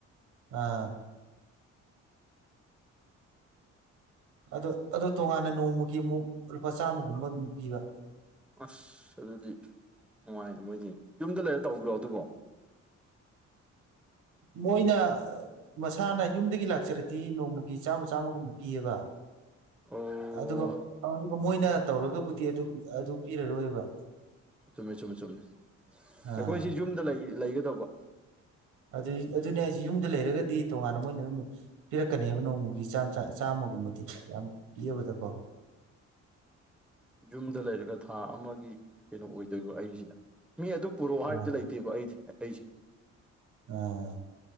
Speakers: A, on the right (about 80°); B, in the centre.
A: ꯑꯥ ꯑꯗꯣ ꯑꯗꯣ ꯇꯣꯉꯥꯟꯅ ꯅꯣꯡꯃꯒꯤ ꯑꯃꯨꯛ ꯂꯨꯄꯥ ꯆꯥꯝꯃꯒꯨꯝꯕ ꯑꯃꯨꯛ ꯄꯤꯕ
B: ꯑꯁ ꯑꯗꯨꯗꯤ ꯅꯨꯡꯉꯥꯏꯅꯦ ꯃꯣꯏꯗꯤ ꯌꯨꯝꯗ ꯂꯩꯔ ꯇꯧꯕ꯭ꯔꯣ ꯑꯗꯨꯕꯣ
A: ꯃꯣꯏꯅ ꯃꯁꯥꯅ ꯌꯨꯝꯗꯒꯤ ꯂꯥꯛꯆꯔꯗꯤ ꯅꯣꯡꯃꯒꯤ ꯆꯥꯝꯃ ꯆꯥꯝꯃꯒꯨꯝꯕ ꯄꯤꯑꯕ
B: ꯑꯣ
A: ꯑꯗꯨꯒ ꯑꯗꯨꯒ ꯃꯣꯏꯅ ꯇꯧꯔꯒꯕꯨꯗꯤ ꯑꯗꯨ ꯑꯗꯨ ꯄꯤꯔꯔꯣꯏꯕ
B: ꯆꯨꯝꯃꯦ ꯆꯨꯝꯃꯦ ꯆꯨꯝꯃꯦ
A: ꯑꯥ
B: ꯑꯩꯈꯣꯏꯁꯤ ꯌꯨꯝꯗ ꯂꯩꯒꯗꯧꯕ
A: ꯑꯗꯨ ꯑꯗꯨꯅꯦ ꯑꯩꯁꯦ ꯌꯨꯝꯗ ꯂꯩꯔꯒꯗꯤ ꯇꯣꯉꯥꯟꯅ ꯃꯣꯏꯅ ꯑꯗꯨꯝ ꯄꯤꯔꯛꯀꯅꯦꯕ ꯅꯣꯡꯃꯒꯤ ꯆꯥꯝꯃꯒꯨꯝꯕꯗꯤ ꯌꯥꯝ ꯄꯤꯕꯗꯀꯣ
B: ꯌꯨꯝꯗ ꯂꯩꯔꯒ ꯊꯥ ꯑꯃꯒꯤ ꯀꯩꯅꯣ ꯑꯣꯏꯗꯣꯏꯕ ꯑꯩꯁꯤꯅ ꯃꯤ ꯑꯗꯨ ꯄꯨꯔꯛꯑꯣ
A: ꯑꯥ
B: ꯍꯥꯏꯕꯗꯤ ꯂꯩꯇꯦ ꯅꯠꯇꯦꯕ ꯑꯩꯁꯦ ꯑꯩꯁꯦ
A: ꯑꯥ